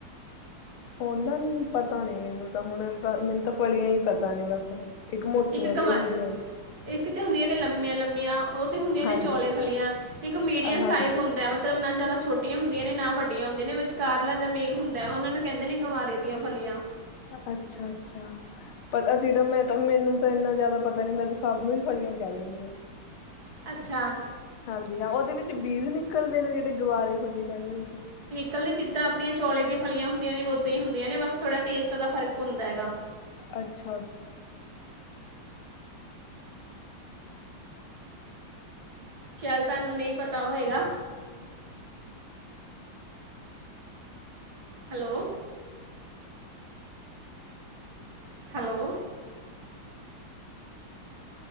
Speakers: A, on the left; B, on the right.
A: ਓਨਾਂ ਨੂੰ ਪਤਾ ਨੀ ਮੈਨੂੰ ਤਾਂ, ਹੁਣ ਬਾ, ਮੈਨ ਤਾਂ ਫਲੀਆਂ ਈ ਪਤਾ ਨੇ ਬਾੱਸ। ਮੋਟੀਆਂ
B: ਇੱਕ ਗਵਾ
A: ਜਿਹੀਆਂ ਹੁੰਦੀਆਂ
B: ਇੱਕ ਤੇ ਹੁੰਦੀਆਂ ਨੇ ਲੰਮੀਆਂ-ਲੰਮੀਆਂ। ਓ ਤੇ ਹੁੰਦੀਆਂ ਨੇ
A: ਹਾਂਜੀ
B: ਚੌਲੇ ਫਲੀਆਂ, ਇੱਕ ਮੀਡੀਅਮ
A: ਹਾਂਜੀ
B: ਸਾਈਜ਼ ਹੁੰਦੈ ਮ ਮਤਲਬ ਨਾ ਜਾਦਾ ਛੋਟੀਆਂ ਹੁੰਦੀਆਂ ਨੇ, ਨਾ ਵੱਡੀਆਂ ਹੁੰਦੀਆਂ ਨੇ, ਵਿਚਕਾਰਲਾ ਜਾਂ ਮੇਲ ਹੁੰਦੈ, ਓਨਾਂ ਨੂੰ ਕੈਂਦੇ ਨੇ ਗਵਾਰੇ ਦੀਆਂ ਫਲੀਆਂ।
A: ਅੱਛਾ-ਅੱਛਾ। ਪਰ ਅਸੀ ਤਾਂ ਮੈਂ ਤਾ, ਮੈਨੂੰ ਤਾਂ ਇੰਨਾ ਜਾਦਾ ਪਤਾ ਨੀ, ਮੈਂ ਤਾਂ ਸਬ ਨੂੰ ਈ ਫਲੀਆਂ ਕੈਅ ਦੇਨੀ ਆਂ।
B: ਅੱਛਾ।
A: ਹਾਂਜੀ ਹਾਂ, ਓਦੇ ਵਿੱਚ ਬੀਜ ਨਿਕਲਦੇ ਨੇ ਜੇੜੇ ਗਵਾਰੇ ਫਲੀਏ ਕੈਨੇ ਓ ਤੂਸੀ?
B: ਕੱਲੀ ਜਿੱਦਾਂ ਆਪਣੀਆਂ ਚੌਲੇ ਦੀਆਂ ਫਲੀਆਂ ਹੁੰਦੀਆਂ ਨੇ ਉੱਦਾਂ ਈ ਹੁੰਦੀਆਂ ਨੇ, ਬਾੱਸ ਥੋੜਾ ਟੇਸਟ ਦਾ ਫ਼ਰਕ ਹੁੰਦਾ ਹੈਗਾ।
A: ਅੱਛਾ।
B: ਚੱਲ ਤਾਨੂੰ ਨਈ ਪਤਾ ਹੋਏਗਾ। ਹੈਲੋ। ਹੈਲੋ।